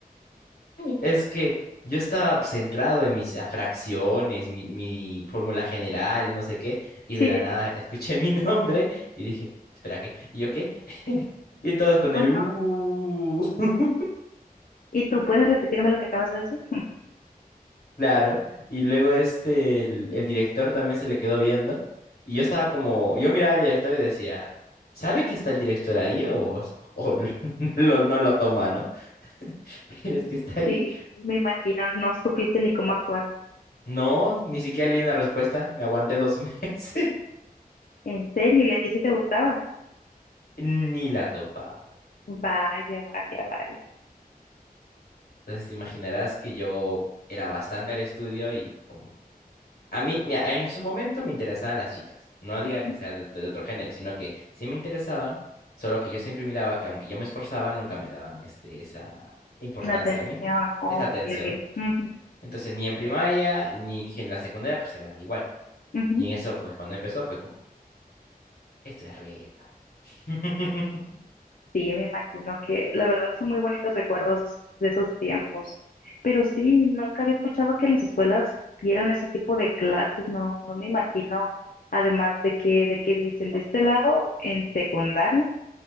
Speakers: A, on the left; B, on the left.
A: Es que yo estaba pues, centrado en mis ah, fracciones, mi, mi fórmula general, no sé qué, y
B: Sí,
A: de la
B: sí,
A: nada
B: sí,
A: <laughs> escuché mi nombre y dije, espera, ¿qué? ¿Y yo qué? Y todos
B: ¿cómo
A: con el
B: no?
A: uh, <laughs>
B: ¿Y tú puedes repetirme lo que acabas de decir?
A: claro. Y luego este, el, el director también se le quedó viendo. Y yo estaba como, yo miraba al director y decía, ¿sabe que está el director ahí o, o <laughs> lo- no lo toma, ¿no? <laughs> Pero es que está ahí.
B: Sí, me imagino, no supiste ni cómo actuar.
A: No, ni siquiera leí una respuesta, me aguanté dos meses,
B: ¿En serio? ¿Y a ti sí te gustaba?
A: <laughs> ni la topaba.
B: Vaya, vaya, vaya.
A: Entonces te imaginarás que yo era bastante al estudio y como... A mí, mira, en su momento me interesaban las chicas. No diga
B: Ujú.
A: que sea de, ot- de otro género, sino que sí me interesaban, solo que yo siempre miraba que aunque yo me esforzaba, nunca me daban este, esa importancia
B: La atención.
A: a mí,
B: Ok,
A: esa atención.
B: ok. Ujú,
A: Entonces ni en primaria, ni dije en la secundaria, pues era igual.
B: ujú.
A: Y en eso, pues cuando empezó fue como, este es reto. <laughs>
B: Sí, me imagino que la verdad son muy bonitos recuerdos es- de esos tiempos. Pero sí, nunca había escuchado que en las escuelas dieran ese tipo de clases, no, no me imagino. Además de que, de que dicen, de este lado, en secundaria,